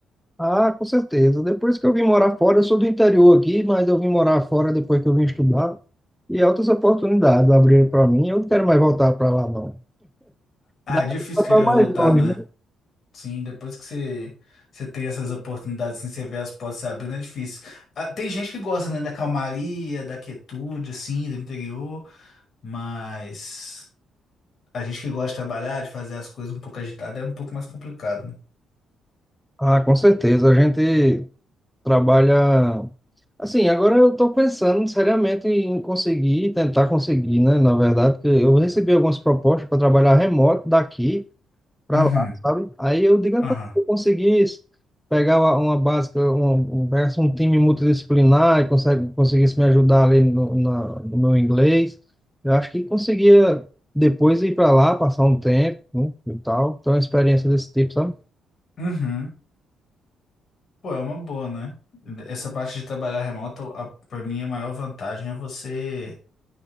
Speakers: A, in the centre; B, on the left.
A: Ah, com certeza. Depois que eu vim morar fora, eu sou do interior aqui, mas eu vim morar fora depois que eu vim estudar. E é outras oportunidades abriram para mim. Eu não quero mais voltar para lá, não.
B: Ah,
A: Daqui
B: é difícil
A: para
B: querer
A: mais
B: voltar,
A: longe,
B: né?
A: né?
B: Sim, depois que você, você tem essas oportunidades, assim, você vê as portas se abrindo, é difícil. Ah, tem gente que gosta, né, da calmaria, da quietude, assim, do interior, mas a gente que gosta de trabalhar, de fazer as coisas um pouco agitada, é um pouco mais complicado, né?
A: Ah, com certeza. A gente trabalha Assim, agora eu estou pensando seriamente em conseguir, tentar conseguir, né? Na verdade, porque eu recebi algumas propostas para trabalhar remoto daqui para
B: Uhum,
A: lá, sabe? Aí eu digo, "Rapaz,
B: aham,
A: se eu conseguir isso, pegar uma, uma básica, um, um, pegar um time multidisciplinar e consegue, conseguisse me ajudar ali no, na, no meu inglês, eu acho que conseguia depois ir para lá, passar um tempo, né? E tal. Então, uma experiência desse tipo, sabe?
B: uhum, Pô, é uma boa, né? Essa parte de trabalhar remoto, a, pra mim, a maior vantagem é você